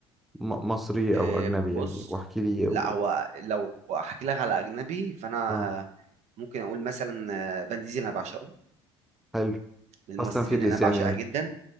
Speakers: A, in the centre; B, on the right.
A: م... مصري
B: آه،
A: او اجنبي
B: بص
A: يعني واحكي لي
B: لا
A: و...
B: هو لو هحكي لك على اجنبي فانا
A: اه
B: ممكن اقول مثلا آه، فان ديزل انا بعشقه
A: حلو
B: من الممثلين
A: فاست اند فيريس
B: اللي انا بعشقها
A: يعني ولا
B: جدا